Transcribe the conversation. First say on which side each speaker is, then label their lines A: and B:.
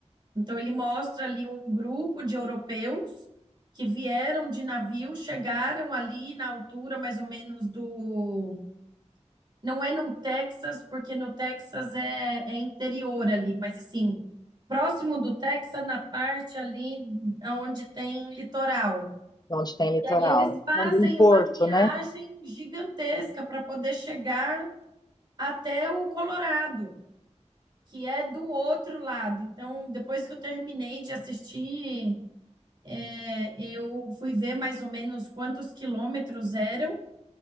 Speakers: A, on the right; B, on the left.
A: Então, ele mostra ali um grupo de europeus que vieram de navio, chegaram ali na altura mais ou menos do. Não é no Texas, porque no Texas é, é interior ali, mas assim, próximo do Texas, na parte ali onde tem litoral.
B: Onde tem litoral?
A: E aí eles fazem
B: Ali em Porto,
A: uma viagem
B: né?
A: gigantesca para poder chegar até o Colorado, que é do outro lado. Então, depois que eu terminei de assistir, é, eu fui ver mais ou menos quantos quilômetros eram.